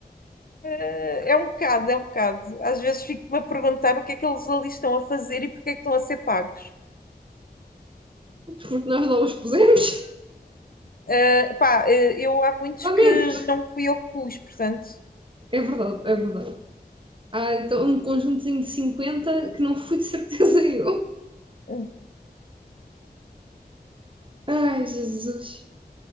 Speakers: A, on the left; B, on the right.
A: Eh, É um bocado, é um bocado. Às vezes fico-me a perguntar o que é que eles ali estão a fazer e porque é que estão a ser pagos.
B: porque nós não os pusemos,
A: Eh, pá, eh, eu há muitos
B: <laughs> a
A: que
B: menos.
A: não fui eu que pus, portanto,
B: É verdade, é verdade. Ah, então um conjuntozinho de 50 que não fui de certeza <laughs> eu.
A: eh,
B: Ai, Jesus.